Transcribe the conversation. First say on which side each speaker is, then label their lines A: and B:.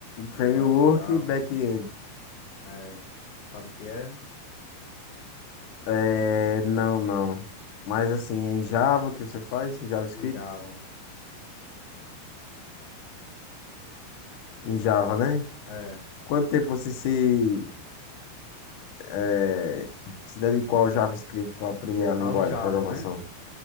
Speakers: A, on the left (about 60°); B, on the left (about 85°).
A: a
B: Framework,
A: linguagem Java.
B: e back-end.
A: É... Sabe o que é?
B: É, não, não. Mas assim, é em Java que você faz, em JavaScript?
A: Em Java.
B: Em Java, né?
A: É.
B: Quanto tempo você se, eh, se dedicou ao JavaScript para aprender a
A: Ao
B: linguagem
A: Java,
B: de programação?
A: né?